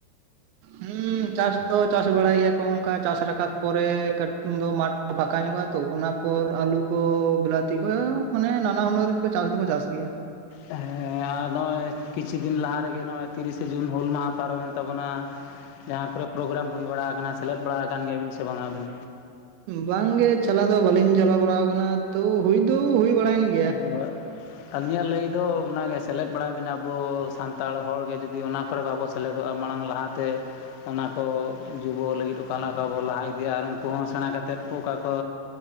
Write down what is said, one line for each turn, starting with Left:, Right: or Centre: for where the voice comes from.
Right: ᱦᱩᱸ ᱪᱟᱥ ᱛᱚ ᱪᱟᱥ ᱵᱟᱲᱟᱭ ᱜᱮᱭᱟ ᱠᱚ ᱚᱱᱠᱟ ᱪᱟᱥ ᱨᱟᱠᱟᱵ ᱯᱚᱨᱮ ᱠᱟᱹᱴᱩᱱ ᱫᱚ ᱢᱟᱴ ᱠᱚ ᱯᱷᱟᱠᱟ ᱧᱚᱜᱚᱜᱼᱟ ᱛᱚ ᱚᱱᱟ ᱯᱚᱨ ᱟᱹᱞᱩ ᱠᱚ ᱵᱮᱞᱟᱛᱤ ᱠᱚ ᱢᱟᱱᱮ ᱱᱟᱱᱟ ᱦᱩᱱᱟᱹᱨ ᱜᱮᱠᱚ ᱪᱟᱥ ᱫᱚᱠᱚ ᱪᱟᱥ ᱜᱮᱭᱟ ᱾
Left: ᱦᱮᱸ ᱟᱨ ᱱᱚᱜᱼᱚᱭ ᱠᱤᱪᱷᱩ ᱫᱤᱱ ᱞᱟᱦᱟ ᱨᱮᱜᱮ ᱱᱚᱜᱼᱚᱭ ᱛᱤᱨᱤᱥᱮ ᱡᱩᱱ ᱦᱩᱞ ᱢᱟᱦᱟ ᱯᱟᱨᱚᱢᱮᱱ ᱛᱟᱵᱚᱱᱟ ᱾ ᱡᱟᱦᱟᱸ ᱠᱚᱨᱮ ᱯᱨᱳᱜᱨᱟᱢ ᱦᱩᱭ ᱵᱟᱲᱟ ᱠᱟᱱᱟ ᱥᱮᱞᱮᱫ ᱵᱟᱲᱟ ᱟᱠᱟᱱ ᱜᱮᱭᱟ ᱵᱤᱱ ᱥᱮ ᱵᱟᱝᱟ ᱟᱹᱵᱤᱱ?
Right: ᱵᱟᱝᱜᱮ ᱪᱟᱞᱟᱣ ᱫᱚ ᱵᱟᱟᱹᱞᱤᱧ ᱪᱟᱞᱟᱣ ᱵᱟᱲᱟ ᱠᱟᱱᱟ ᱛᱚ ᱦᱩᱭ ᱫᱚ ᱦᱩᱭ ᱵᱟᱲᱟᱭᱮᱱ ᱜᱮ
Left: <unintelligible> ᱟᱹᱞᱤᱧᱟᱜ ᱞᱟᱹᱭ ᱫᱚ ᱚᱱᱟ ᱜᱮ ᱥᱮᱞᱮᱫ ᱵᱟᱲᱟᱭ ᱵᱮᱱ ᱟᱵᱚ ᱥᱟᱱᱛᱟᱲ ᱦᱚᱲ ᱜᱮ ᱡᱩᱫᱤ ᱚᱱᱟ ᱠᱚᱨᱮ ᱵᱟᱵᱚ ᱥᱮᱞᱮᱫᱚᱜᱼᱟ ᱢᱟᱲᱟᱝ ᱞᱟᱦᱟᱛᱮ ᱚᱱᱟ ᱠᱚ ᱡᱩᱵᱚ ᱞᱟᱹᱜᱤᱫ ᱟᱠᱟ ᱞᱮᱠᱟ ᱵᱚ ᱞᱟᱦᱟ ᱤᱫᱤᱭᱟ ᱟᱨ ᱩᱱᱠᱩ ᱦᱚᱸ ᱥᱮᱬᱟ ᱠᱟᱛᱮᱫ ᱚᱠᱟ ᱠᱚ